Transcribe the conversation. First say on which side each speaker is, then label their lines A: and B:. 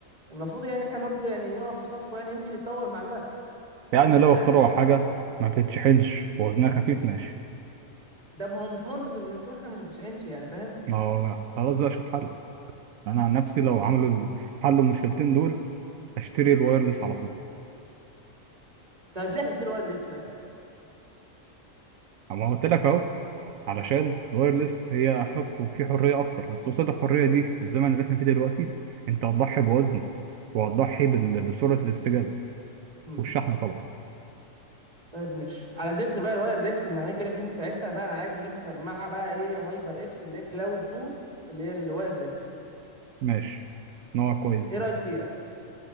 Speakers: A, on the right; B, on the right.
A: المفروض يعني احنا برضه يعني نقف في صفه يعني يمكن يتطور مع الوقت
B: يعني
A: لان انا
B: لو اخترعوا حاجه ما بتتشحنش ووزنها خفيف ماشي
A: ده ما هو مش منطق ان يكون حاجه ما بتتشحنش يعني فاهم
B: ما هو خلاص بقى اشوف حل انا عن نفسي لو عملوا ال- حلوا المشكلتين دول اشتري الوايرلس على طول
A: طيب ليه هتشتري ورق اللص بقى ساعتها
B: اما قلت لك اهو علشان الوايرلس هي اخف وفي حريه اكتر بس قصاد الحريه دي في الزمن اللي احنا فيه دلوقتي انت هتضحي بوزن وهتضحي بال- بسرعه الاستجابه
A: مم.
B: والشحن طبعا
A: طيب ماشي على ذكر بقى الواير ليس ما عمالين نتكلم فيه من ساعتها بقى انا عايز اجيب سماعه بقى ايه هايبر اكس اللي هي كلاود 2 اللي هي الواير ليس
B: ماشي نوع كويس
A: ايه
B: دي
A: رايك فيها